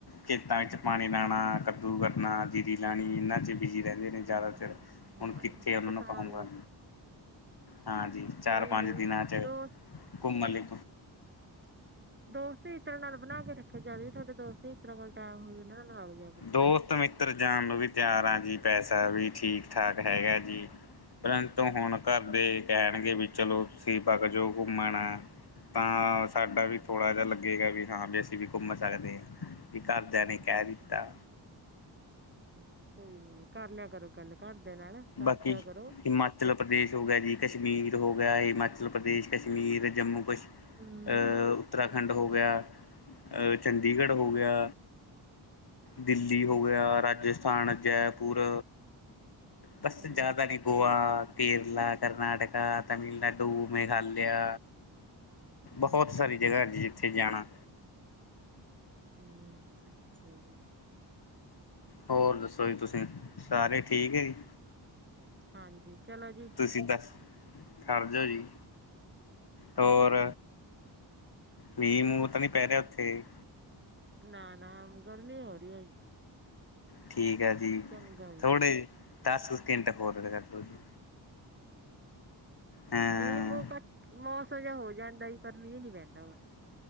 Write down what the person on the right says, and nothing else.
ਹਾਂ ਹਾਂ
ਜੀ
ਕਿਸਾਨ
ਲੋਕ
ਕੋਈ
ਨੀ
ਦੋਸਤ
ਦੋਸਤ ਹੀ ਇਤਰਾਂ ਨਾਲ ਬਣਾ ਕੇ ਰੱਖਿਆ ਜਾਵੇ, ਤੁਹਾਡੇ ਦੋਸਤੀ ਇਤਰਾਂ ਵੱਲ ਟਾਇਮ ਹੋਈ ਉਹਨਾਂ ਨਾਲ ਲੱਗ ਜਾਵੇ।
ਹੂੰ, ਕੋਈ ਨੀ ਜੀ ਕਰ ਲਿਆ ਕਰੋ ਗੱਲ ਘਰ ਦੇ ਨਾਲ ਦੱਸ
ਦਿਆ ਕਰੋ
ਹੂੰ
ਹੂੰ
ਹੂੰ
ਹੂੰ, ਅੱਛਾ ਜੀ।
ਹਾਂਜੀ ਚਲੋ ਜੀ,
ਅੱਛਾ।
ਨਾ-ਨਾ ਗਰਮੀ ਹੋ ਰਹੀ ਆ।
ਚੰਗਾ ਜੀ
ਮੀਂਹ ਮੂਹ ਘੱਟ ਮੌਸਮ। ਮੌਸਮ ਜਾ ਹੋ ਜਾਂਦਾ ਜੀ, ਪਰ ਮੀਂਹ ਨੀ ਪੈਂਦਾ ਉਰੇ। ਤੇ